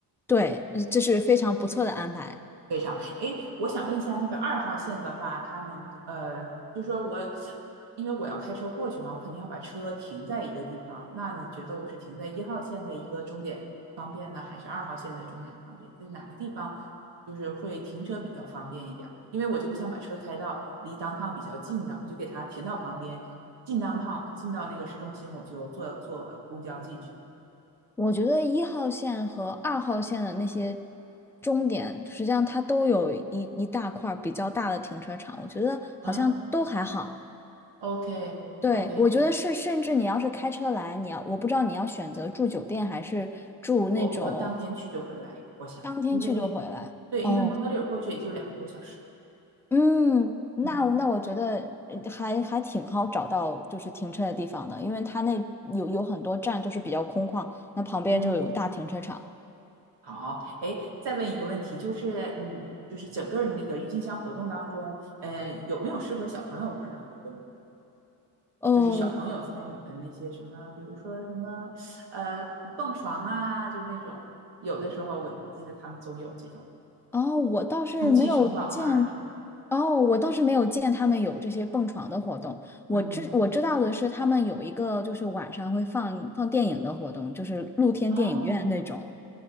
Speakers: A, in the centre; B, on the right (about 70°).
A: 对，呃这是非常不错的安排。
B: 非常，哎，我想问一下，那个二号线的话，它能呃，就说我，因为我要开车过去嘛，我肯定要把车停在一个地方。那你觉得我是停在一号线的一个终点方便呢，还是二号线的终点方便？在哪个地方就是会停车比较方便一点儿？因为我就不想把车开到离 downtown 比较近的，我就给它停到旁边，进 downtown，进到那个市中心，我就坐坐公交进去了。
A: 我觉得一号线和二号线的那些终点，实际上它都有一一大块儿比较大的停车场，我觉得好像都还好。
B: 啊，OK
A: 对，
B: OK，
A: 我觉得是，甚至你要是开车来，你要，我不知道你要选择住酒店还是住那种
B: 我我当天去就回来，我想，
A: 当天去就回来。
B: 因为对，
A: 哦，
B: 因为蒙特利尔过去也就两个多小时。
A: 嗯，那那我觉得呃还还挺好找到就是停车的地方的，
B: 嗯
A: 因为它那有有很多站就是比较空旷，那旁边就有大停车场。
B: 嗯，好，哎，再问一个问题，就是嗯，就是整个那个郁金香活动当中，呃，有没有适合小朋友玩儿的活动？
A: 哦，
B: 就是小朋友参与的那些什么，比如说什么呃蹦床啊，就那种，有的时候我记得他们总有这种
A: 哦，我倒是没有见，
B: 充气城堡啊什么。
A: 哦，我倒是没有见他们有这些蹦床的活动。我知我知道的是，
B: 嗯，
A: 他们有一个就是晚上会放放电影的活动，就是露天电影院那种。
B: 哦，